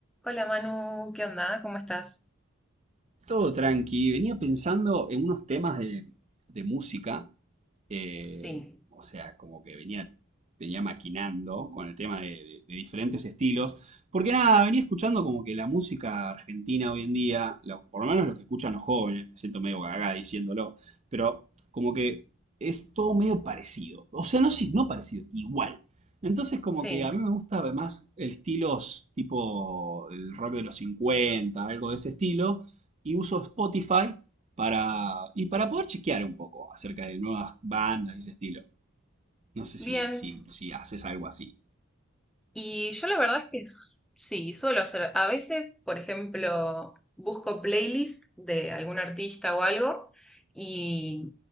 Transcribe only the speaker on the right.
Todo tranqui. Venía pensando en unos temas de, de música. eh,
o sea, como que venía, venía maquinando con el tema de, de- de diferentes estilos. Porque nada, venía escuchando como que la música argentina hoy en día, lo- por lo menos los que escuchan los jóvenes, me siento medio gaga diciéndolo, pero como que es todo medio parecido. O sea, no, sí, no parecido, igual. Entonces como
que a mí me gusta más el estilos tipo el rock de los 50 algo de ese estilo y uso Spotify para, y para poder chequear un poco acerca de nuevas bandas y ese estilo. No sé
si, si, si haces algo así.